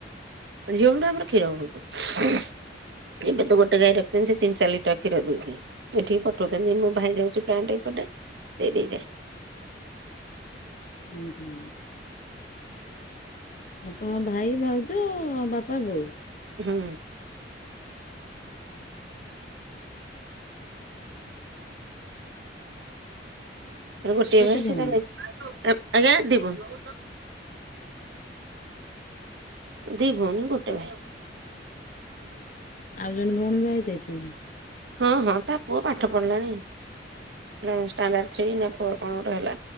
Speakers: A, on the right (about 75°); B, on the left (about 45°).
A: ଝିଅ ବେଲୁଠୁ ଆମର କ୍ଷୀର ବହୁତ। ଏବେ ତ ଗୋଟେ ଗାଈ ରଖିଛନ୍ତି ସେ ତିନି ଚାରି ଲିଟର ଖିର ଦଉଛି। ଏଠିକି ପଠଉଛନ୍ତି ଯେ ମୁଁ ଭାଇ ଯାଉଛି ପ୍ଲାଣ୍ଟ ଏପଟେ ଦେଇ ଦେଇଯାଏ।
B: ହୁଁ ହୁଁ। ଆପଣଙ୍କ ଭାଇ ଭାଉଜ ବାପା ବୋଉ।
A: ହୁଁ। ତାର ଗୋଟିଏ
B: କେତେ
A: ଭାଇ
B: ଭଉଣୀ
A: ସେତାର ଆଜ୍ଞା ଦି ଭୋଉଣି। ଦି ଭଉଣୀ ଗୋଟେ ଭାଇ।
B: ଆଉ ଜଣେ ଭଉଣୀ ବାହା ହେଇ ଯାଇଛନ୍ତି।
A: ହଁ ହଁ ତା ପୁଅ ପାଠ ପଢ଼ିଲାଣି। ହେ ଷ୍ଟାଣ୍ଡାଡ ଥ୍ରୀ ନା ଫୋର୍ କଣ ଗୋଟେ ହେଲା